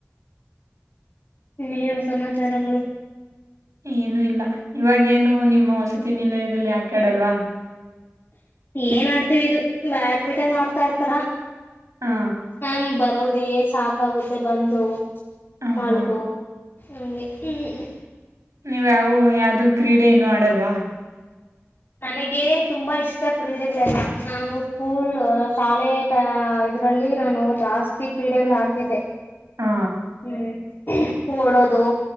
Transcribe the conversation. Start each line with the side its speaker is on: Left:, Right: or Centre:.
Left: ಇನ್ನನು ಸಮಾಚಾರಗಳು
Right: ಏನು ಇಲ್ಲ ಇವಾಗ ಏನು ನಿಮ್ಮ ವಸತಿ ನಿಲಯದಲ್ಲಿ ಆಟಡಲ್ವಾ
Left: ಏನ್ ಆಡ್ತೀವಿ ಇದು ಬ್ಯಾಡ್ಮಿಂಟನ್ ಆಡ್ತಾ ಇರ್ತಾರ.
Right: ಹಾ
Left: ಹ್ ಬರೋದೇ. ಸಾಕಾಗುತ್ತೆ ಬಂದು
Right: ಹಾ
Left: ಮಾಳಗೋ
Right: ಹಾ
Left: ಸುಮ್ನೆ ಹ್ಮ್.
Right: ನೀವು ಯಾವವು ಯಾವ್ದು ಕ್ರೀಡೆ ಏನು ಆಡಲ್ವಾ.
Left: ನನಗೆ ತುಂಬಾ ಇಷ್ಟ ಕ್ರೀಡೆಗಳೆಲ್ಲ ನಾನು ಸ್ಕೂಲ್ ಶಾಲೆ ಇದ್ರಲ್ಲಿ ನಾನು ಜಾಸ್ತಿ ಕ್ರೀಡೆಗಳು ಆಡ್ತಿದ್ದೆ
Right: ಹಾ
Left: ಹ್ಮ್ ಓಡೋದು